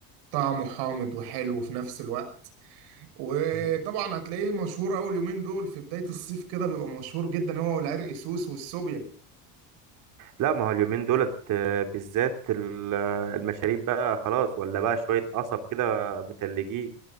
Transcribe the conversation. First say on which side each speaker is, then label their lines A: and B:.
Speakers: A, on the right; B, on the right.
A: طعمه حامض وحلو في نفس الوقت وطبعا
B: مم.
A: هتلاقيه مشهور اول يومين دول في بدايه الصيف كده بيبقى مشهور جدا هو والعرق سوس والسوبيا
B: لا ما هو اليومين دولت آه، بالذات ال- آه، المشاريب بقى خلاص ولا بقى شويه قصب كده متلجين